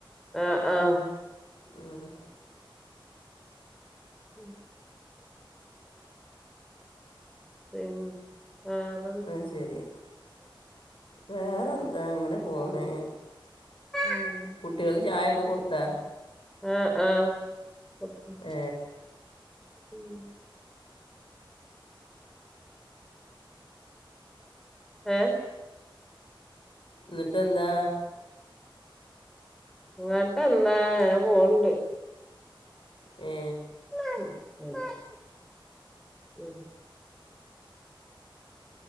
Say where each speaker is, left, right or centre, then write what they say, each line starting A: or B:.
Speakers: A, in the centre; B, on the left (about 75°).
A: ആഹ ആഹ
B: ഉം
A: ഉം ഉം ആഹ
B: ആഹ ശരി വേറെ എന്താ ഇങ്ങനെ പോണ്
A: ഉം
B: കുട്ടികൾക്ക് ചായക്കെ കൊടുത്ത
A: ആഹ് ആഹ് ക്കെ
B: ഏ
A: ഉം ഏ
B: ന്നിട്ട് എന്താ
A: ഇങ്ങോട്ട് എന്താ പോണ്ട്
B: ഏ
A: ഉം ഉം